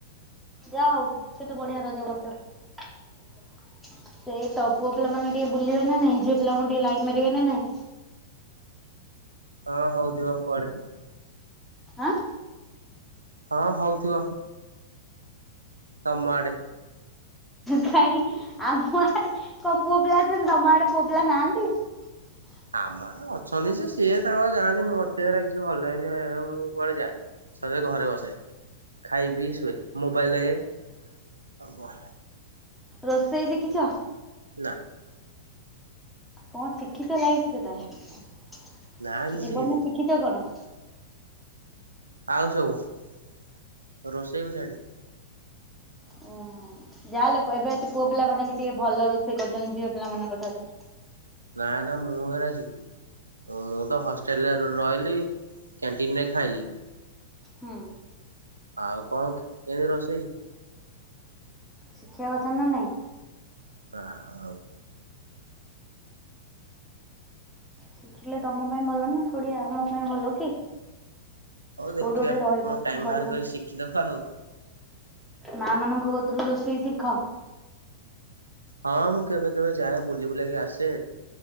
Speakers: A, in the centre; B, on the right (about 80°).
A: ଯା ହଉ କେତେ ବଢିଆ ରଜ କରୁଛ। ସେଇ ତ ପୁଅ ପିଲା ମାନେ ଟିକେ ବୁଲିବେ ନା ନାଇଁ ଝିଅ ପିଲାଙ୍କୁ ଟିକେ ଲାଇନ ମାରିବେ ନା ନାଇଁ।
B: ହଁ ହଉ ଦିବା କୁଆଡେ
A: ଆଁ?
B: ହଁ ହଉଥିବ। ତମ ଆଡ଼େ।
A: କାଇଁ ଆମ ଆଡେ କଣ ପୁଅ ପିଲା ଅଛନ୍ତି ତମ ଆଡେ ପୁଅ ପିଲା ନାହାଁନ୍ତି। ହ
B: ଆମର ଅଛନ୍ତି ଯେ ସିଏ ତାଙ୍କର ଯାଆନ୍ତିି ମୋତେ କିଛି ଭଲ ହେଇନି ମୁଁ କୁଆଡେ ଯାଏନି। ସଜ ଘରେ ବସେ ଖାଇ ପିଇ ଶୁଏ ମୋବାଇଲ ଦଖେ। ହବହ
A: ରୋଷେଇ ଶିଖିଛ?
B: ନା।
A: କଣ ଶିଖିଛ ଲାଇଫ ତାହେଲେ
B: ନା କିଛି
A: ଜୀବନରେ
B: ଶିଖିନି।
A: ଶିଖିଛ କଣ?
B: ଆଉ ସବୁ ରୋଷେଇ କୁ ଚଡ଼ି।
A: ଓହୋ ଯାହାହେଲେ ଏବେ ପୁଅ ପିଲା ମାନେ ବି ଟିକେ ଭଲ ରୋଷେଇ କରୁଛନ୍ତି ଝିଅ ପିଲାମାନାନଙ୍କ ଠାରୁ।
B: ନା ନା ମୁଁ ହେରା ଶିଖିନି। ଓ ମୁଁ ତ ହଷ୍ଟେଲରେ ରହିଲି କ୍ୟାଣ୍ଟିନରେ ଖାଇଲି।
A: ହୁଁ।
B: ଆଉ କଣ କେଣିତି ରୋଷେଇ
A: ଶିଖିବା କଥା ନା ନାଇଁ।
B: ହ ହଉ
A: ଶିଖିଲେ ତମ ପାଇଁ ଭଲ ନା ଥଡିଆ ଆମ ପାଇଁ ଭଲ କି।
B: ହଉ ଦେଖିବା
A: କୋଉଠି ଗୋଟେ ରହିବ
B: କଣ ଟାଇମ
A: କରିବ
B: ବାହାର କରି ଶିଖିଦବା ଆଉ।
A: ମା ମାନଙ୍କ କତରୁ ରୋଷେଇ ଶିଖ।
B: ହଁ ମୁଁ କେବେ କେବେ ଯାଏ ବୁଲି ବୁଲାକି ଆସେ